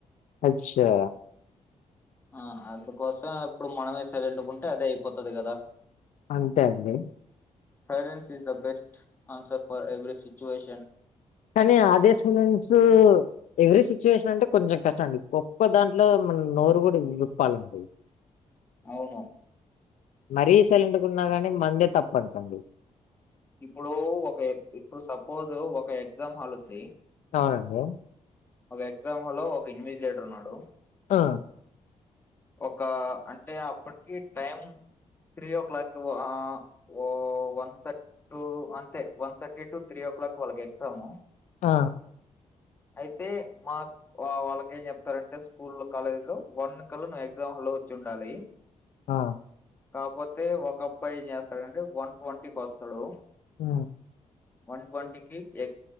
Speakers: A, on the left (about 75°); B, on the left (about 15°).
A: అచ్చా
B: ఆ అందుకోసం అప్పుడు మనమే సైలెంట్ గుంటే అదే అయిపోతది కదా
A: అంతే అండి
B: silence is the best answer for every situation
A: కానీ అదే సైలెన్సు ఎవ్రీ సిచ్యువేషన్ అంటే కొంచెం కష్టం అండి గొప్ప దాంట్లో మనం నోరు కూడా విప్పాలండి
B: అవును
A: మరీ సలైంట్ గున్నా గానీ మందే తప్పం టండి
B: ఇప్పుడు ఒక ఎ ఇప్పుడు సపోజ్ ఒక ఎగ్జామ్ హాల్ ఉంది
A: అవునండి
B: ఒక ఎగ్జామ్ హలో ఒక ఇన్విజలేటర్ ఉన్నాడు
A: ఆ
B: ఒక అంటే అప్పటికి టైం త్రీ ఓ క్లాక్ ఆ ఓ వన్ తట్ టూ అంతే one thirty to three o'clock వాళ్ళకి ఎగ్జాము
A: ఆ
B: అయితే మాక్ వా వాళ్ళకి ఏం చెప్తారంటే స్కూల్ కాలేజీలో వన్ క్క లో ను్వ్ ఎగ్జామ్ హల్లో వచ్చి ఉండాలి
A: ఆ
B: కాకపోతే ఒక అబ్బాయి ఏం చేస్తాడుంటే వన్ ట్వంటీకొస్తాడు
A: ఊ
B: వన్ ట్వంటీకిి ఎగ్